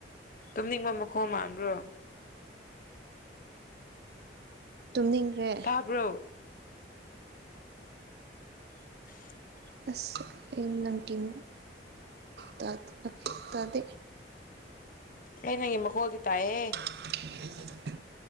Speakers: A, on the left; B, on the right.
A: ꯇꯨꯝꯅꯤꯡꯕ ꯃꯈꯣꯟ ꯃꯟꯕ꯭ꯔꯣ
B: ꯇꯨꯝꯅꯤꯡꯈ꯭ꯔꯦ
A: ꯇꯥꯕ꯭ꯔꯣ <unintelligible>
B: ꯑꯁ ꯑꯩ ꯅꯪ ꯀꯝ ꯇꯥꯗ ꯇꯥꯗꯦ
A: ꯑꯩ ꯅꯪꯒꯤ ꯃꯈꯣꯜꯗꯤ ꯇꯥꯌꯦ
B: <unintelligible>